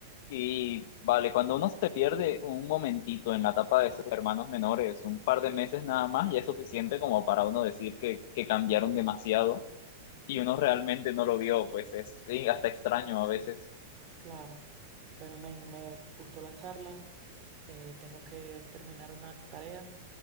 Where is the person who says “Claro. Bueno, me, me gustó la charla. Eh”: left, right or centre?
Right